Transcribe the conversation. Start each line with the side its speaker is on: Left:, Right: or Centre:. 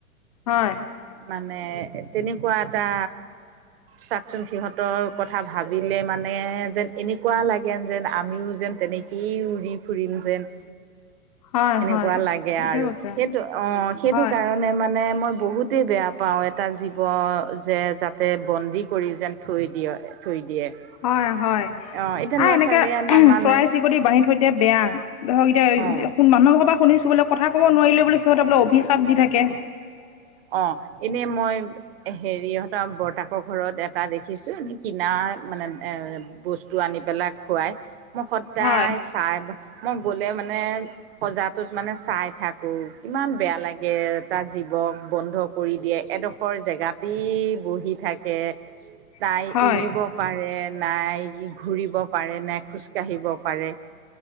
Left: হয়।
Right: মানে তেনেকুৱা এটা। চাওকচোন সিহঁতৰ কথা ভাবিলে মানে যেন এনেকুৱা লাগেন যেন আমিও যেন তেনেকে, উৰি উৰি ফুৰিম যেন।
Left: হয় হয়
Right: পোৱা লাগে
Left: ঠিকে
Right: আৰু
Left: কৈছে
Right: সেইটো অ সেইটো
Left: হয়
Right: কাৰণে মানে মই বহুতেই বেয়া পাওঁ এটা জী জীৱ যে যাতে বন্দী কৰি যেন থৈ দিয়ে থৈ দিয়ে
Left: হয় হয়
Right: অ এতিয়া ল'ৰা
Left: আৱ এনেকে
Right: ছোৱালীয়ে নামানে
Left: চৰাই চিৰিকটি বান্ধি থৈ দিলে বেয়া ধৰক এতিয়া
Right: অ
Left: মানুহ পৰা শুনিছো বোলে কথা কব নোৱাৰিলে সিহঁতে বোলে অভিশাপ দি থাকে
Right: অ এনেই মই হেৰিহঁতৰ বৰতাকৰ ঘৰত এটা দেখিছো এ কিনাৰ মানে এ বস্তু আনি পেলাই খুৱাই মই সদায়
Left: হয়
Right: চাই মই গলে মানে সজাটোত মানে চাই থাকো কিমান বেয়া লাগে এটা জীৱক বন্ধ কৰি দিয়ে এডোখৰ জেগাতেই বহি থাকে
Left: <unintelligible>
Right: তাই
Left: হয়
Right: উৰিব পাৰে নাই ঘূৰিব পাৰে নে খোজকাঢ়িব পাৰে